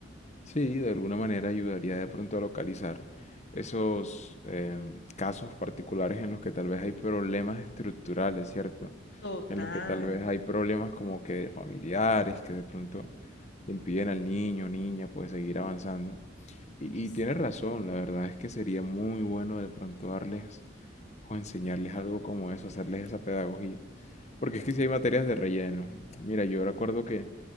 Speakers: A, on the left (about 35°); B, on the left (about 60°).
A: Sí, de alguna manera ayudaría de pronto a localizar esos em, casos particulares en los que tal vez hay problemas estructurales, ¿cierto?
B: Total.
A: En los que tal vez hay problemas como que familiares, que de pronto le impiden al niño o niña pues seguir avanzando. Y,
B: Y sí.
A: y tienes razón, la verdad es que sería muy bueno de pronto darles o enseñarles algo como eso, hacerles esa pedagogía. Porque es que si hay materias de relleno. Mira, yo recuerdo que